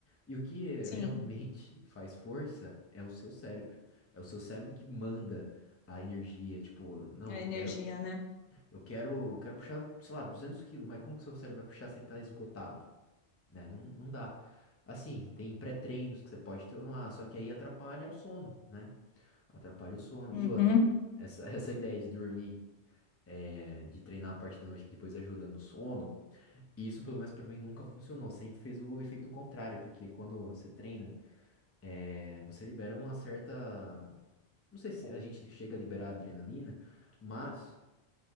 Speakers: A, on the left; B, on the left.
A: E o que eh,
B: Sim,
A: <laughs> realmente faz força é o seu cérebro. É o seu cérebro que manda a energia, tipo, não,
B: a energia,
A: quero
B: né?
A: Eu quero, eu quero puxar, sei lá, 200 quilos, mas como que seu cérebro vai puxar se ele tá esgotado, né? Não, não dá. Assim, tem pré-treinos que você pode tomar, só que aí atrapalha o sono, né? Atrapalha o sono.
B: Uhum.
A: E outra, essa, <laughs> essa ideia de dormir, é, de treinar a parte da noite que depois ajuda no sono, isso pelo menos pra mim nunca funcionou. Sempre fez o efeito contrário, porque quando você treina, é, você libera uma certa. Não sei se a gente chega a liberar adrenalina, mas